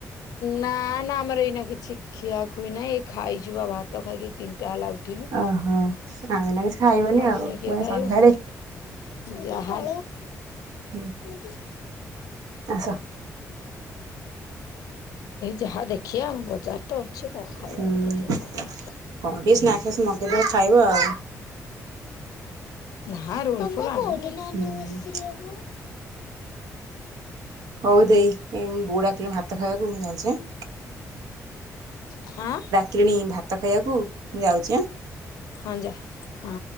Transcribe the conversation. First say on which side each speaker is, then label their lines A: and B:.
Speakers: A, on the left; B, on the right.
A: ନା ନା ଆମର ଏଇନା କିଛି ଖିଆ ଖୁଇ ନାଇ। ଖାଇଚୁ ପା ଭାତ ଖାଇକି ତିନିଟା ହେଲା ଉଠିନୁ।
B: ଓହୋ ଆମେ ନା କିଛି
A: ଖାଇଛୁ
B: ଖାଇବନି ଆଉ
A: ଏଇନା
B: ପୁଣି
A: କିଏ ଖାଇବ
B: ସନ୍ଧ୍ୟାଳେ
A: ଯାହା।
B: ହୁଁ।
A: ଏ
B: ଆସ
A: ଯାହା ଦେଖେ। ଆଖିଆ ଆମ ବଜାର ତ ଅଛି କଣ ଖାଇବା
B: ହୁଁ
A: କଥା ଚିନ୍ତା କର।
B: କଣ ଟିକେ ସ୍ନାକ୍ ସ ନଗେଇଦବ ଖାଇବ ଆଉ।
A: ନା ହାରେଳା ଫୋଳା।
B: ହୁଁ ହଉ ଦେଇ ଏ ମୋବୋଉ ଡାକିଲାଣି ଭାତ ଖାଇବାକୁ ମୁଁ ଯାଉଛି ଆଁ।
A: ହଁ।
B: କିଣି ଭାତ ଖାଇବାକୁ ମୁଁ ଯାଉଚି ଆଁ।
A: ହଁ ଯା ହଁ।